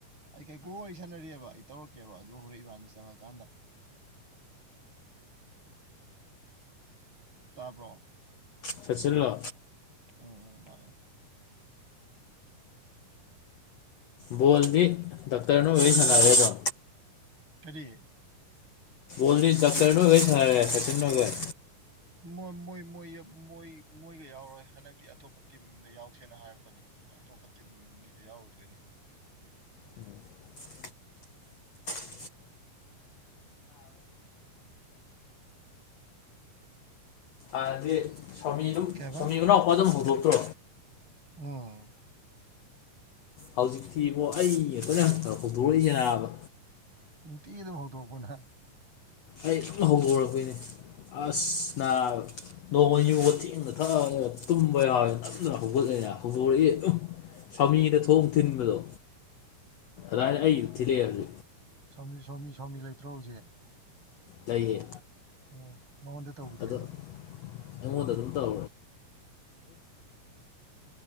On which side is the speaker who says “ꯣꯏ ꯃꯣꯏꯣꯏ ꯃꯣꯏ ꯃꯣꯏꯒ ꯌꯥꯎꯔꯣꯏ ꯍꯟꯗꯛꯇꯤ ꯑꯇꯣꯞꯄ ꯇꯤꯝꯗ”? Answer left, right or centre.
Right